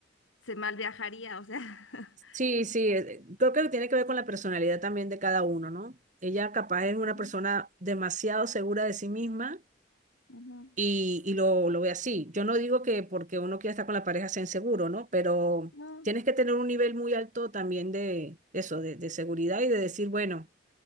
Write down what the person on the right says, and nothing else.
Sí, sí, eh, creo que tiene que ver con la personalidad también de cada uno, ¿no? Ella capaz
es una
persona demasiado segura de sí misma
y, y lo, lo ve así. Yo no digo que porque uno quiera estar con la pareja sea inseguro, ¿no? Pero
tienes que tener un nivel muy alto también de eso, de, de seguridad y de decir, bueno,